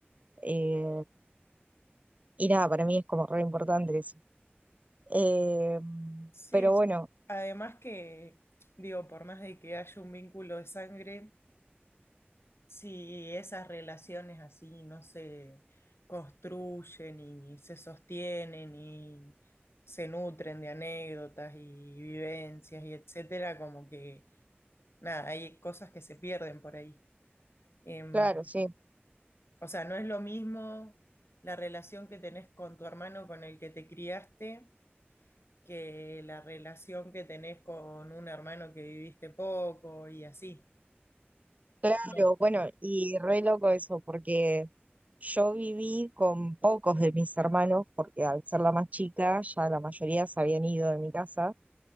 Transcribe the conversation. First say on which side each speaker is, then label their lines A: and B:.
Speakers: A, on the right (about 40°); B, on the left (about 80°).
A: eh, y nada, para mí es como re importante eso. Eh,
B: Sí,
A: pero
B: sí.
A: bueno,
B: Además que, digo, por más de que haya un vínculo de sangre, si esas relaciones así no se construyen y se sostienen y se nutren de anécdotas y vivencias y etcétera, como que, nada, hay cosas que se pierden por ahí. Em,
A: claro, sí,
B: O sea, no es lo mismo la relación que tenés con tu hermano con el que te criaste que la relación que tenés con un hermano que viviste poco y así.
A: claro,
B: No.
A: bueno, y re loco eso porque yo viví con pocos de mis hermanos porque al ser la más chica ya la mayoría se habían ido de mi casa.